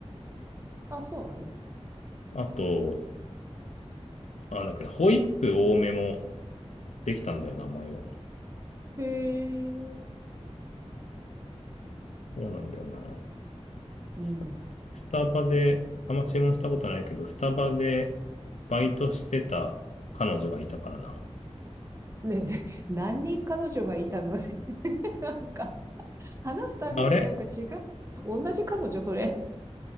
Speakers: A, on the right; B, on the left.
A: あ、そうなの
B: あと、あ、だけど、ホイップ多めもできたんだよな、前は。
A: へえ。
B: そうなんだよな。
A: うん。
B: スタ、スタバで、あんま注文したことないけど、スタバでバイトしてた彼女がいたからな。
A: ね、で何人彼女がいたのね。<laughs> なんか、話すたびになんか違う。
B: あれ
A: 同じ彼女、それ。